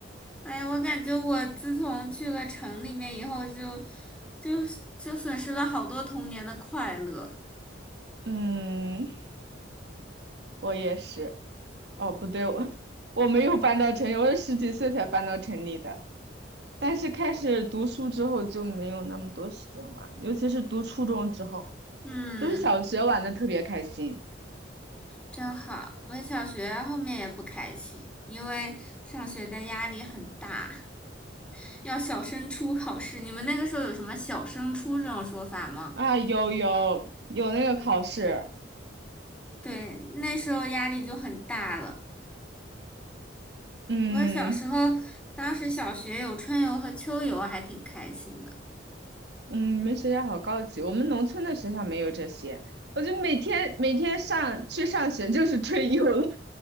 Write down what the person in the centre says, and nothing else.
哎呀，我感觉我自从去了城里面以后就，就就损失了好多童年的快乐。
嗯，
真好。我小学后面也不开心，因为上学的压力很大，<laughs> 要小升初考试。你们那个时候有什么小升初这种说法吗？
对，那时候压力就很大了。
我小时候，当时小学有春游和秋游，还挺开心的。